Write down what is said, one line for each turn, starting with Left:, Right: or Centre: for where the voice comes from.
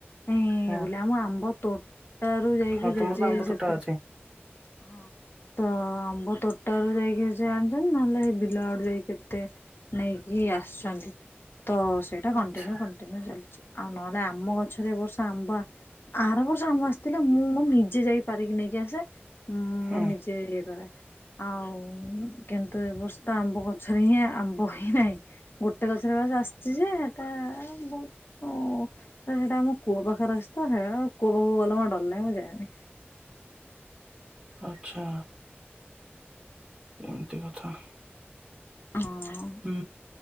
Left: ଏ
Right: ହଁ।
Left: ବୋଲି ଆମ ଆମ୍ବ ତୋଟାରୁ ଯାଇକି
Right: ହଁ ତମର
Left: ଜେଜେ
Right: ତ ଆମ୍ବ ତୋଟା
Left: ସେପଟ
Right: ଅଛି
Left: ହଁ ତ ଆମ୍ବ ତୋଟାରୁୁ ଯାଇକି ସେ ଆଣିଛନ୍ତି ନହେଲେ ହେଇ ବିଲ ଆଡୁ ଯାଇକି ମତେ ନେଇକି ଆସିଛନ୍ତି ତ ସେଇଟା
Right: ଆଚ୍ଛା
Left: କଣ୍ଟିନ୍ୟୁ କର କଣ୍ଟିନ୍ୟୁ ଚାଲିଚି ଆଉ ନହେଲେ ଆମ ଗଛରେ ଏ ବର୍ଷ ଆମ୍ବୁଆ ଆର ବର୍ଷ ଆମ ଆସିଥିଲା ମୁଁ ମୋ ନିଜେ ଯାଇପାରିକି ନେଇକି ଆସେ। ମୁଁ
Right: ହୁଁ
Left: ମୋ ନିଜେ ଇଏ କରେ ଆଉ କିନ୍ତୁ ଏ ବର୍ଷ ତ ଆମ୍ବଗ ଗଛରେ ହିଁ ଆମ୍ବ ହିଁ ନାହିଁ ଗୋଟେ ଗଛରେ ବାସ୍ ଆସିଛି ଯେ ହେଟା ବହୁତ କ <unintelligible> ତ ହେଟା ଆମ କୂଅ ପାଖରେ ଅଛି ତ ହେରା କୂଅ ପାଖକୁ ଗଲେ ମୋତେ ଡର ଲାଗେ ମୁଁ ଯାଏନି।
Right: ଆଚ୍ଛା। ଏମିତି କଥା।
Left: ହଁ।
Right: ହୁଁ।